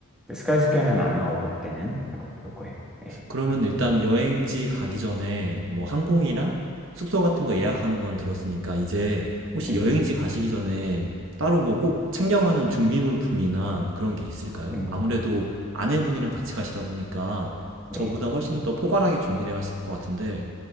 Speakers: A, in the centre; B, on the right.
A: 그 스카이스어는안 나오고, 그때는. 아마 그럴 거예요. 네.
B: 그러면 일단 여행지 가기 전에 뭐 항공이랑 숙소 같은 거 예약하는 건 들었으니까 이제 혹시
A: 네.
B: 여행지 가시기 전에 따로 뭐 꼭 챙겨가는 준비물품이나 그런 게 있을까요?
A: 음,
B: 아무래도 아내분이랑 같이 가시다 보니까
A: 네.
B: 저보다 훨씬 더 포괄하게 준비를 해 가실 것 같은데